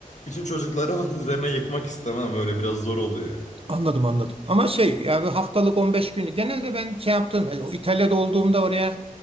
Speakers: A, on the left; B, on the right.
A: Bütün çocukları onun <laughs> üzerine yıkmak istemem. Öyle biraz zor oluyor.
B: Anladım anladım. Ama şey yani haftalık 15 günü. genelde ben şey yaptım. e, o İtalya'da olduğumda oraya